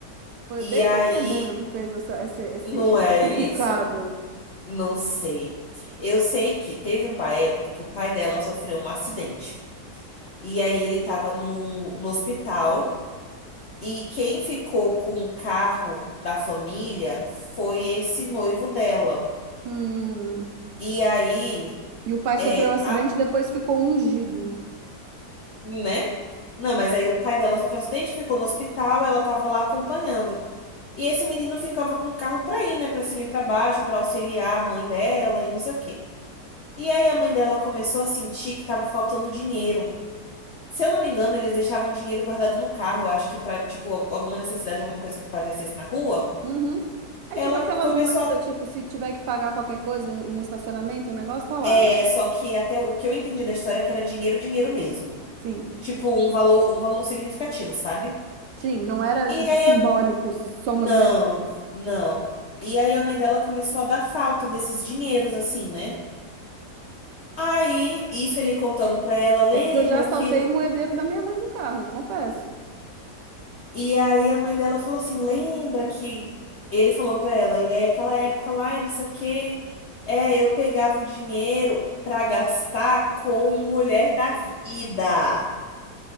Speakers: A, on the right; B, on the left.
A: Foi
B: E
A: o Deus
B: aí,
A: ou o demônio que fez essa, esse, esse,
B: não
A: essa
B: é isso?
A: cutucada?
B: Não sei. Eu sei que teve uma época que o pai dela sofreu um acidente. E aí ele tava no, no hospital. E quem ficou com o carro da família foi esse noivo dela.
A: Hum.
B: E aí,
A: E o pai sofreu
B: é,
A: um acidente
B: a,
A: e depois ficou ungido.
B: né? Não, mas aí o pai dela sofreu acidente, ficou no hospital, ela tava lá acompanhando. E esse menino ficava com o carro pra ir, né? Pra cima e pra baixo, pra auxiliar a mãe dela e não sei o quê. E aí a mãe dela começou a sentir que tava faltando dinheiro. Se eu não me engano, eles deixavam dinheiro guardado no carro, acho que pra, tipo, alguma necessidade, alguma coisa que aparecesse na rua.
A: Uhum. É
B: Ela
A: tipo aquelas
B: começou
A: moedas,
B: a.
A: tipo, se tiver que pagar qualquer coisa, um, um estacionamento, o negócio tá lá,
B: É,
A: né?
B: só que até o que eu entendi da história é que era dinheiro, dinheiro mesmo.
A: Sim.
B: Tipo, um valor, um valor significativo, sabe?
A: Sim, não era
B: E
A: tipo
B: aí
A: simbólico,
B: a...
A: só
B: Não,
A: umas moedinhas.
B: não. E aí a mãe dela começou a dar falta desses dinheiros, assim, né? Aí, isso ele contando
A: É
B: pra ela, lembra
A: é porque eu já saltei
B: que
A: o moedeiro da minha mãe do carro, eu confesso.
B: E aí a mãe dela falou assim: lembra que ele falando pra ela, e aí aquela época lá, e não sei o quê, é, eu pegava o dinheiro pra gastar com mulher da vida.